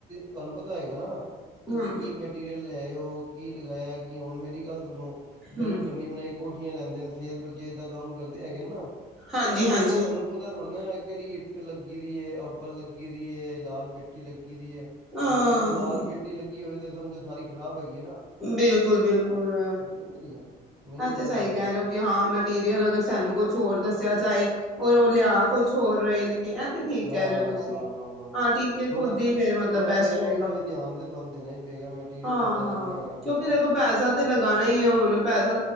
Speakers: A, on the right (about 25°); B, in the centre.
A: ਤੁਹਾਨੂੰ ਪਤਾ ਹੈਗਾ ਨਾ ਤੁਸੀਂ
B: ਹਮ
A: ਕੀ ਮਟੀਰੀਅਲ ਲਿਆਓ ਕੀ ਲਗਾਇਆ ਕਿ ਹੁਣ ਮੇਰੀ ਗੱਲ ਸੁਣੋ। ਕਈ
B: ਹਮ
A: ਬੰਨੀ ਬਣਾਈ ਕੋਠੀਆਂ ਲੈਂਦੇ ਨੇ ਸੇਰ ਪਰਚੇਰ ਦਾ ਕੰਮ ਕਰਦੇ ਹੈਗੇ ਨਾ
B: ਹਾਂਜੀ
A: ਹੁਣ ਉਹਨ
B: ਹਾਂਜੀ
A: ਤੁਹਾਨੂੰ ਪਤਾ ਥੋੜ੍ਹਾ ਇਹ ਕਿਹੜੀ ਇੱਟ ਲੱਗੀ ਦੀ ਹੈ ਅੱਬਲ ਲੱਗੀ ਦੀ ਏ ਲਾਲ ਪੇਟੀ ਲੱਗੀ
B: ਹਾਂ
A: ਹੁਣ ਅਗਰ ਲਾਲ ਬੇਟੀ ਲੱਗੀ ਹੋਵੇ ਤੇ ਸਮਝੋ ਸਾਰੀ ਖ਼ਰਾਬ ਹੈਗੀ ਹੈ ਨਾ
B: ਬਿਲਕੁਲ ਬਿਲਕੁਲ
A: ਸਮਝ ਮੇਰੀ ਗੱਲ ਮੇਨ
B: ਇਹ ਤੇ
A: ਗੱਲ
B: ਸਹੀ
A: ਹੈਗੀ
B: ਕਹਿ
A: ਆ।
B: ਰਹੇ ਹੋ ਕਿ ਮਟੀਰੀਅਲ ਅਗਰ ਸਾਨੂੰ ਕੁਛ ਹੋਰ ਦੱਸਿਆ ਜਾਏ ਹੋਰ ਉਹ ਲਿਆ ਕੁਛ ਹੋਰ ਰਹੇ ਨੇ। ਇਹ ਤੇ ਠੀਕ
A: ਹਾਂ
B: ਕਹਿ ਰਹੇ ਹੋ ਤੁਸੀਂ
A: ਵਾਹ ਵਾਹ ਵਾਹ
B: ਹਾਂ, ਠੀਕ ਹੈ
A: ਥੋੜਾ
B: ਖੁਦ ਹੀ ਫੇਰ ਮਤਲਬ
A: ਥੋੜਾ
B: ਬੈਸਟ
A: ਦੇ ਉੱਥੇ
B: ਰਹੇਗਾ
A: ਵੀ ਧਿਆਨ ਤੇ ਤੁਹਾਨੂੰ ਦੇਣਾ ਹੀ ਪਏਗਾ ਮਟੀਰੀਅਲ
B: ਹਾਂ-
A: ਤੁਹਾਡਾ ਲੱਗਣਾ
B: ਹਾਂ
A: ਹੈਗਾ ਠੀਕ
B: ਕਿਉਂਕਿ
A: ਹੈ ਨਾ
B: ਦੇਖੋ ਪੈਸਾ ਤੇ ਲਗਾਉਣਾ ਹੀ ਹੈ ਹੁਣ ਪੈਸਾ